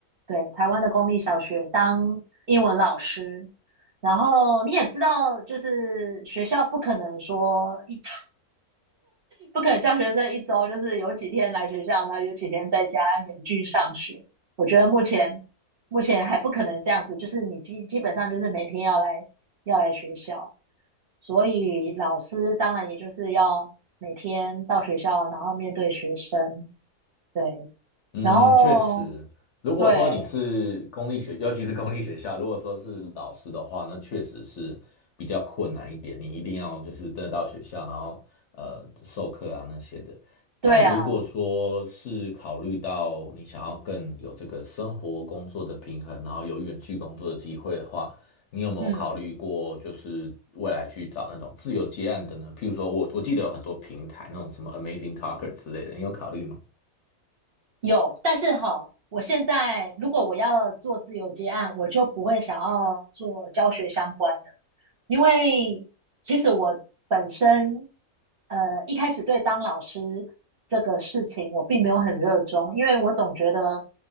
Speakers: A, on the right; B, on the left.
A: 对，台湾的公立小学当英文老师。然后你也知道，就是学校不可能说一 <laughs> 不可能教学生一周就是有几天来学校，然后有几天在家远距上学。我觉得目前目前还不可能这样子，就是你基基本上就是每天要来要来学校，所以老师当然也就是要每天到学校，然后面对学生，对，
B: 嗯，
A: 然后
B: 确实，如果说你是公立学，
A: 对
B: 尤其是公立学校，如果说是老师的话，那确实是比较困难一点。你一定要就是真的到学校，然后呃授课啊那些的。
A: 对啊，
B: 但如果说是考虑到你想要更有这个生活工作的平衡，然后有远距工作的机会的话，你有没有考虑过就是未来去找那种自由接案的呢？
A: 嗯。
B: 譬如说我我记得有很多平台，那种什么 Amazing Talker 之类的，你有考虑吗？
A: 有，但是哈，我现在如果我要做自由接案，我就不会想要做教学相关的，因为其实我本身呃一开始对当老师这个事情我并没有很热衷，因为我总觉得